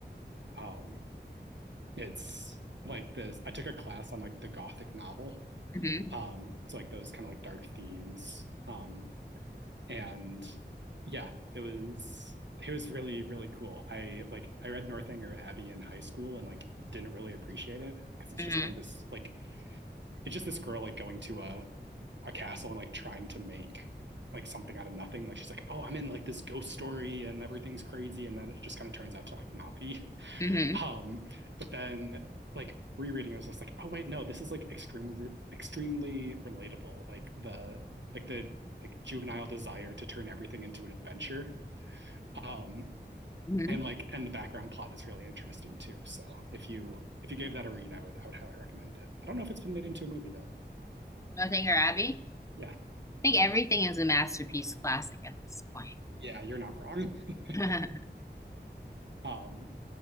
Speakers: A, on the right; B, on the left.
A: Um, it's like this. I took a class on like the Gothic novel
B: Mm-hmm,
A: Um, it's like those kind of like dark themes. Um, and yeah, it was it was really really cool. I like I read Northanger Abbey in high school and like didn't really appreciate it because it's
B: mm-hmm,
A: just kind of this like it's just this girl like going to a a castle and like trying to make like something out of nothing. Like she's like, oh, I'm in like this ghost story and everything's crazy, and then it just kind of turns out to like not be.
B: mm-hmm,
A: Um, but then like rereading, I was just like, oh wait, no, this is like extremely extremely relatable. Like the like the like juvenile desire to turn everything into an adventure. Um,
B: mm-hmm.
A: and like and the background plot is really interesting too. So if you if you gave that a read, I would I would highly recommend it. I don't know if it's been made into a movie though.
B: Northanger Abbey.
A: Yeah,
B: I think everything is a masterpiece classic at this point.
A: yeah, you're not wrong. <laughs>
B: <laughs>
A: Um,